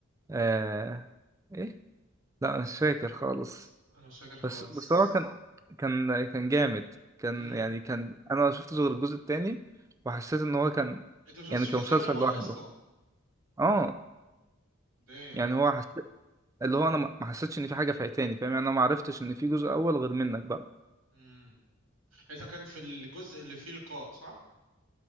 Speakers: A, on the right; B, on the right.
A: آه... ايه لا مش فاكر خالص
B: بس انا مش فاكر خالص
A: بس بس هو كان كان كان جامد كان
B: امم
A: يعني كان انا ما شفتش غير الجزء التاني وحسيت
B: امم
A: ان هو كان
B: انت ما شفتش
A: يعني كان
B: الجزء
A: مسلسل
B: الاول
A: لوحده
B: اصلا
A: اه
B: دايم
A: يعني هو حسيت اللي هو انا ما ما حسيتش ان في حاجه فايتاني فاهم يعني انا ما عرفتش ان في جزء اول غير منك بقى
B: امم انت كان في الجزء اللي فيه لقاء صح